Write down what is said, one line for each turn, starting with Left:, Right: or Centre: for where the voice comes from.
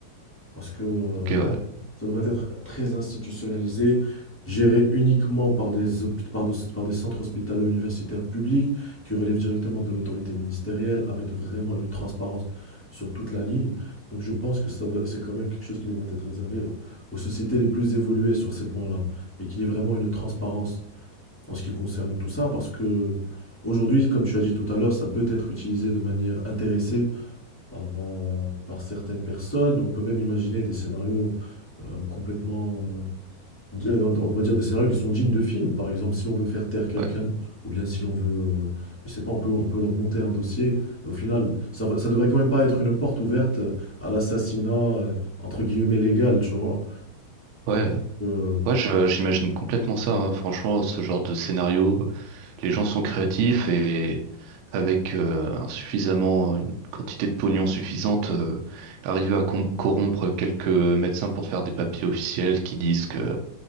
Left: parce que euh,
Right: ok, ouais,
Left: ça devrait être très institutionnalisé, géré uniquement par des, hôpi- par de- par des centres hospitalo-universitaires publics qui relèvent directement de l'autorité ministérielle, avec vraiment une transparence sur toute la ligne. Donc je pense que ça doit- c'est quand même quelque chose qui devrait être réservé aux aux sociétés les plus évoluées sur ces points-là, et qu'il y ait vraiment une transparence en ce qui concerne tout ça, parce que aujourd'hui, comme tu as dit tout à l'heure, ça peut être utilisé de manière intéressée par, euh, par certaines personnes. On peut même imaginer des scénarios euh, complètement, euh, di- euh, on va dire des scénarios qui sont dignes de films. Par exemple, si l'on veut faire taire quelqu'un,
Right: ouais.
Left: ou bien si l'on veut, euh, je sais pas, on peut, on peut leur monter un dossier. Et au final, ça, va- ça devrait quand même pas être une porte ouverte à l'assassinat, euh, entre guillemets, légal, tu vois.
Right: Ouais,
Left: Euh,
Right: Ouais, je- j'imagine complètement ça, hein. Franchement, ce genre de scénario, les gens sont créatifs et avec euh, un suffisamment, une quantité de pognon suffisante, euh, arriver à com- corrompre quelques médecins pour faire des papiers officiels qui disent que,